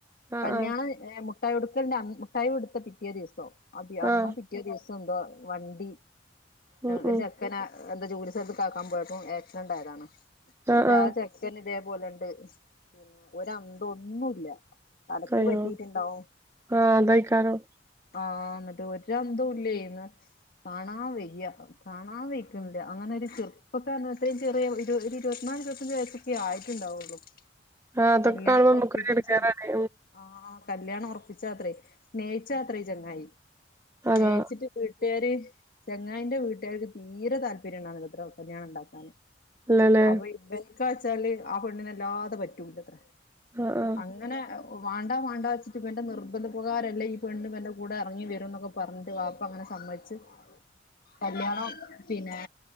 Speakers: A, on the right; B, on the left.
A: ആഹ്
B: കല്യാണം
A: ആഹ്
B: മുട്ടായി കൊട്ക്കലണ്ട് മുട്ടായി കൊടുത്ത പിറ്റേ ദിവസം അന്നോ
A: ആഹ്
B: പി പിറ്റേ ദിവസം എന്തോ വണ്ടി
A: ഉം
B: ഒരു
A: ഉം
B: ചെക്കന എന്താ ജോലി സ്ഥലത്ത് ആക്കാൻ പോയിപ്പോ ആക്സിഡന്റ് ആയതാണ്
A: ആഹ്
B: <unintelligible>
A: ആഹ്
B: ഇതേപോലെണ്ട് പിന്നെ ഒരു അന്തം ഒന്നുംല്ല തലക്ക്
A: അയ്യോ
B: പറ്റിയിട്ടുണ്ടാവും
A: ആഹ് അതായിക്കരം
B: ആഹ് എന്നിട്ട് ഒരു അന്തവും ഇല്ലേ കാണാൻ വയ്യാ കാണാൻ വായിക്കുണ്ട് അങ്ങനെ ഒരു ചെറുപ്പക്കാരണം എത്രയും ചെറിയ ഇരുപത്തിനാല് വയസ ഒക്കെ ആയിട്ടുണ്ടാവുള്ളൂ
A: ആഹ് അതൊക്കെ
B: കല്യാണം
A: കാണുമ്പോ നമുക്ക്
B: ഉറപ്പിക്കും
A: ഒരു എടങ്ങേറ്
B: ചെയ്ത്
A: ആണേ
B: ആഹ് കല്യാണം ഉറപ്പിച്ചത്രേ സ്നേഹിച്ചാ അത്രേ ഈ ചങ്ങായി സ്നേഹിച്ചിട്ട്
A: അതാ
B: വീട്ടുകാര് ചെങ്ങായിൻന്റെ വീട്ടുകാർക്ക് തീരെ താല്പര്യം ഉണ്ടാവിലത്ര കല്യാണം ഉണ്ടാക്കാൻ
A: ഇല്ലലേ
B: അപ്പൊ ഇവൻക്ക വച്ചാല് ആഹ് പെണ്ണിനല്ലാതെ പറ്റൂലത്ര
A: ആഹ് ആഹ്
B: അങ്ങനെ വാണ്ടാ വണ്ടാ വെച്ചിട്ട്പ്പന്റെ നിർബന്ധപകാരല്ലേ ഈ പെണ് എന്റെ കൂടെ ഇറങ്ങി വരും എന്നൊക്കെ പറഞ്ഞിട്ട് വാപ്പ ഉമ്മ അങ്ങനെ സമ്മതിച്ച് കല്യാണം പിന്നെ